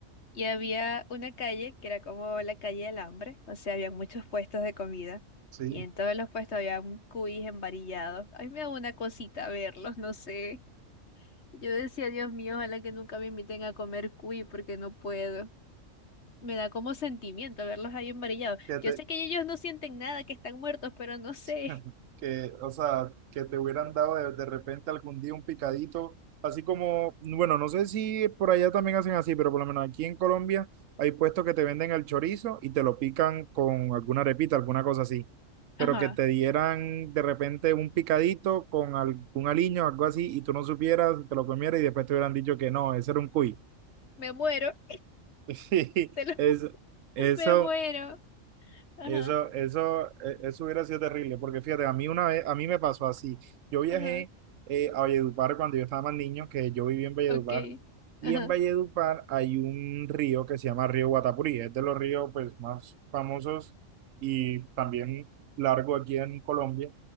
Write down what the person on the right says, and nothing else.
Sí.
Que
te-
<laughs> que, o sea, que te hubieran dado de, de repente algún día un picadito, así como, bueno, no sé si por allá también hacen así, pero por lo menos aquí en Colombia hay puestos que te venden el chorizo y te lo pican con alguna arepita, alguna cosa así, pero
que te dieran de repente un picadito con algún aliño, algo así, y tú no supieras, te lo comieras y después te hubieran dicho que no, ese era un cuy.
<laughs> sí
Es,
eso
Eso, eso, e- eso hubiera sido terrible, porque fíjate, a mí una vez, a mí me pasó así. Yo viajé
eh, a Valledupar cuando yo estaba más niño, que yo viví en Valledupar,
y
en Valledupar hay un río que se llama Río Guatapurí, es de los ríos pues más famosos y también largo aquí en Colombia.